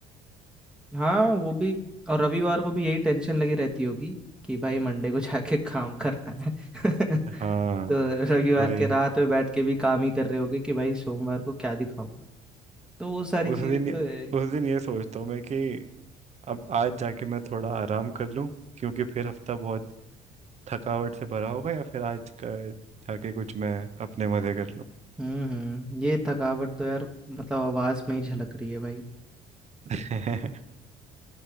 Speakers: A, in the centre; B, on the right.
A: हाँ वो भी और रविवार को भी यही टेंशन लगी रहती होगी कि भाई मंडे को <laughs> जाके काम करना है <laughs>
B: हूँ हाँ
A: तो रविवार
B: वही
A: के रात में बैठ के भी काम ही कर रहे होगे कि भाई सोमवार को क्या दिखाऊंगा तो वो सारी
B: उस
A: चीजें
B: दिन
A: तो है ही।
B: उस दिन ये सोचता हूँ मैं कि अब आज जाके मैं थोड़ा आराम कर लूँ क्योंकि फिर हफ्ता बहुत थकावट से भरा होगा या फिर आज का जाके कुछ मैं अपने मजे कर
A: हम्म हम्म ये थकावट तो यार मतलब आवाज में ही झलक रही है भाई
B: लूँ <laughs>